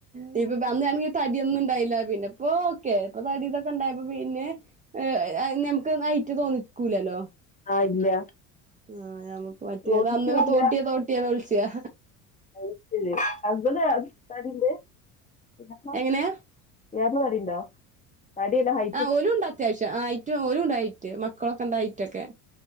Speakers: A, on the right; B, on the left.
A: ദിപ്പപ്പ അന്നാണെങ്കി തടിയൊന്നും ഉണ്ടായില്ല പിന്നെ ഇപ്പൊ ഓക്കെ ഇപ്പം തടി ഇതൊക്കെ ഉണ്ടായപ്പം പിന്നെ ഏ അയ് ഞമക്ക് ഹൈറ്റ് തോന്നിക്കൂലല്ലോ
B: ആ ഇല്ല
A: ആഹ് ഞമക്ക് മറ്റേത്
B: ചോദിക്കൂല്ല
A: അന്നൊക്കെ തോട്ടിയെ തോട്ടിയെന്ന വിളിച്ചാ
B: അയ്ശെരി ഹസ്ബന്റ് തടിണ്ട് പിന്നെത്താ
A: എങ്ങനെ
B: ഇയ്യാക്ക് തടി ഇണ്ടോ? തടി ഇട് ഹൈ
A: ആഹ് ഓലും ഉണ്ട് അത്യാവശ്യം ആഹ് ഹെറ്റും ഓലും ഉണ്ട് ഹൈറ്റ് മക്കളൊക്കെ ഉണ്ട് ഹൈറ്റൊക്കെ